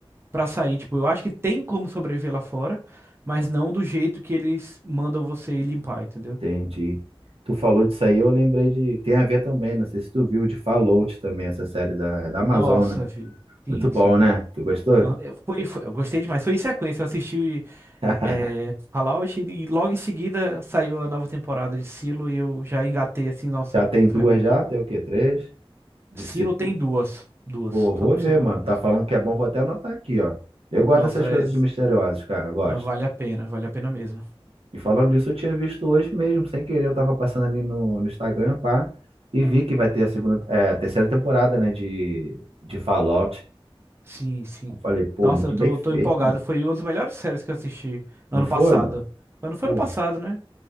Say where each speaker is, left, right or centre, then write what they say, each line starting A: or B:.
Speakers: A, on the right; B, on the right.
A: pra sair. Tipo, eu acho que tem como sobreviver lá fora, mas não do jeito que eles mandam você ir limpar, entendeu?
B: entendi. Tu falou disso aí, eu lembrei de. Tem a ver também, não sei se tu viu de Fallout também, essa série da, da Amazon,
A: Nossa,
B: né?
A: vi. Sim,
B: Muito bom,
A: sim.
B: né? Tu gostou?
A: Ah, eu- Foi, foi- eu gostei demais. Foi em sequência. Eu assisti
B: <laughs>
A: é, Fallout e, e logo em seguida saiu a nova temporada de Silo e eu já engatei assim. Nossa,
B: Já tem duas
A: foi muito
B: já?
A: bom.
B: Tem o quê? Três? De
A: Silo tem duas. Duas.
B: Pô, vou
A: Só duas
B: ver,
A: temporadas.
B: mano. Tá falando que é bom, vou até anotar aqui, ó. Eu gosto
A: Nossa,
B: dessas coisas
A: é,
B: de misteriosas, cara, eu gosto.
A: vale a pena. Vale a pena mesmo.
B: E falando isso eu tinha visto hoje mesmo, sem querer, eu tava passando ali no, no Instagram, pá, e vi que vai ter a segunda, é, a terceira temporada, né, de, de Fallout.
A: Sim, sim.
B: Eu falei, pô,
A: Nossa,
B: muito
A: eu tô,
B: bem feito,
A: tô empolgado.
B: mano.
A: Foi uma das melhores séries que eu assisti ano
B: Não foi,
A: passado.
B: mano?
A: Mas Não foi
B: Pô,
A: ano passado, né?